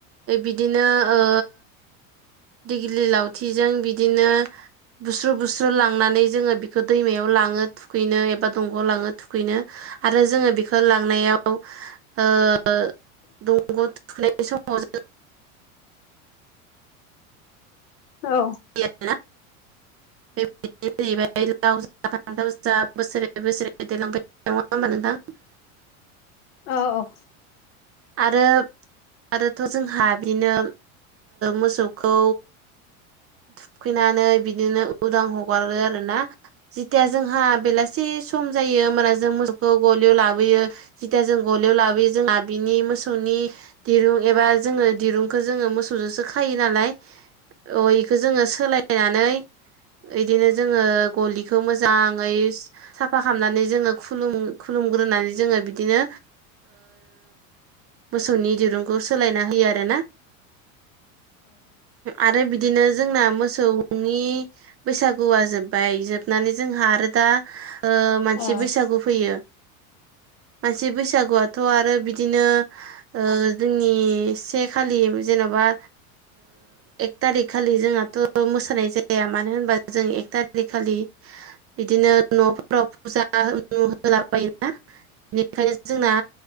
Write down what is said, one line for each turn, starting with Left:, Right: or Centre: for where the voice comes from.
Right: बिदिनो ओ दिग्लि लावथिजों बिदिनो बुस्रु बुस्रु लांनानै जोङो बेखौ दैमायाव लाङो थुखैनो एबा दंग'आव लाङो थुखैनो आरो जोङो बेखौ लांनायाव दंग'आव थुखैनाय समाव जों
Left: औ
Right: आरोना <unintelligible> बाय लाव जा फान्थाव जा बोसोरै बोसोरै देरलांबाय <unintelligible> नङा होमबा नोंथां
Left: औ
Right: आरो आरोथ' जोंहा बिदिनो मोसौखौ थुखैनानै बिदिनो उदां हगारो आरोना जेथिया जोंहा बेलासे सम जायो होमबाना जों मोसौखौ गलियाव लाबोयो जिथा जों गलियाव लाबो जोंहा बिनि मोसौनि दिरुं एबा जोङो दिरुंखौ जोङो मोसौजोंसो खायो नालाय अ बेखौ जोङो सोलायनानै इदिनो जोङो गलिखौ मोजाङै साफा खालामनानै जोङो खुलुम खुलुमग्रोनानै जोङो बिदिनो मोसौनि दिरुंखौ सोलायना होयो आरोना आरो बिदिनो जोंना मोसौनि बैसागुआ जोब्बाय जोबनानै जोंहा आरो दा
Left: जोंनि
Right: मानसि बैसागु फैयो मानसि बैसागुआथ' आरो बिदिनो नो जोंनि से खालि जेन'बा एक थारिख खालि जोंहाथ' मोसानाय जाया मानो होनबा जों एक थारिक खालि बिदिनो न' राव फुजा होला <unintelligible> बेनिखायनो जोंना